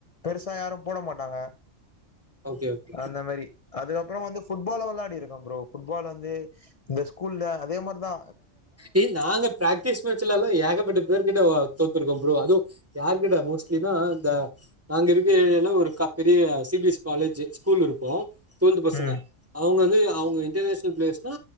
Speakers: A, on the left; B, on the right.
A: பெருசா யாரும் போட மாட்டாங்க
B: ஓகே ஓகே
A: அந்த மேரி அதுகப் அப்ற வந்து ஃபுட்பாலு விளையாடிரு ஆ ப்ரோ ஃபுட்பால் வந்து து இந்த ஸ்கூல்ல அதே மாரி வா
B: ஏ நாங்க ப்ராக்டிஸ் மேச்லல்லா ஏக ப்பட்ட பேர்கிட்ட ஓ தோத்துருக்க ப்ரோ அதும் யாருகிட்ட மோஸ்ட்லினா இந்த நாங்க இருக்க ஏரியாள ஒரு க பெரிய C B S C college school இருக்கு ட்டுவல்த்து பசங்க
A: ம்
B: அவங்க வந்து அவங்க இன்டர்நேஷனல் பிளேயர்ஸ்னா